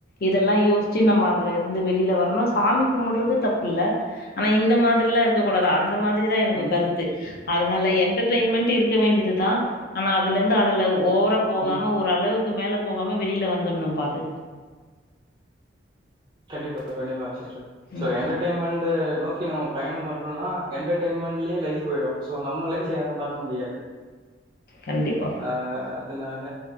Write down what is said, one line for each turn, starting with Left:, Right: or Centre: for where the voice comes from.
Left: இதெல்லா யோஸ்ச்சு நம்ம அதுல இருந்து வெளில வரணும் சாமி கும்புடுறது தப்பு இல்ல ஆனா இந்த மாதிரில்லா இருக்கக் கூடாது அந்த மாரி திரிதா எனக்கு
Right: ம்
Left: கருத்து அதனால என்டர்டெயின்மென்ட் இருக்க வேண்டியதுதா ஆனா துல இருந்து அதுல ஓவ ரா போகாம
Right: ம்
Left: ஒரு அளவு க்கு மேல போகாம வெளில வந்துணும்பா அது
Right: கண்டிப்பா கண்ணிப்பாங்க சிஸ் டர் சோ
Left: ம்
Right: என்டர்டெய்ன்மெண்ட்டு நோக்கி நம்ம பயணொ பண்றோனா என்டர்டெயன்மெண்ட்லேயே லைஃப் போயிடு சோ நம்ம லைஃப யாரு பாக்க முடியாது
Left: கண்டிப்பா
Right: ஆஹ் அ அதனால